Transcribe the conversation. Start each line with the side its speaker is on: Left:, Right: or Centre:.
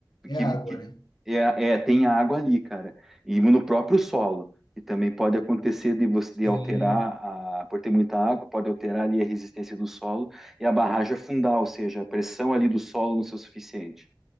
Left: é
Centre: que,
Left: água,
Centre: que
Left: né?
Centre: é, é, tem água ali, cara, e no próprio solo, que também pode acontecer de você
Left: Sim,
Centre: de alterar, a, por ter muita água, pode alterar ali a resistência do solo e a barragem afundar, ou seja, a pressão ali do solo não ser o suficiente.